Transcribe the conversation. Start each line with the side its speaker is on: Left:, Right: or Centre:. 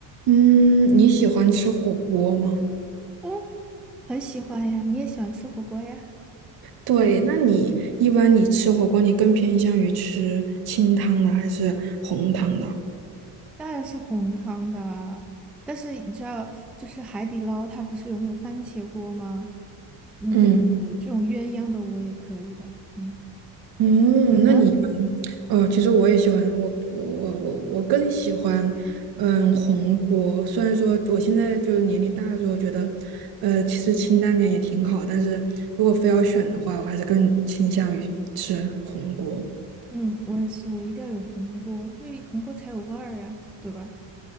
Right: 嗯，你喜欢吃火锅吗？
Centre: 嗯，很喜欢呀，你也喜欢吃火锅呀？
Right: 对，那你一般你吃火锅，你更偏向于吃清汤的还是红汤的？
Centre: 当然是红汤的啊但是你知道，就是海底捞它不是有那种番茄锅吗？嗯，
Right: 嗯，
Centre: 就是呃这种鸳鸯的我也可以的。嗯，
Right: 嗯，
Centre: 你呢？
Right: 那你哦，呃其实我也喜欢，我我我我我更喜欢，嗯，红锅。虽然说我现在就是年龄大了之后，觉得，呃，其实清淡点也挺好，但是如果非要选的话，我还是更倾向于吃红锅。
Centre: 嗯，我也是，我一定要有红锅，因为红锅才有味儿呀，对吧？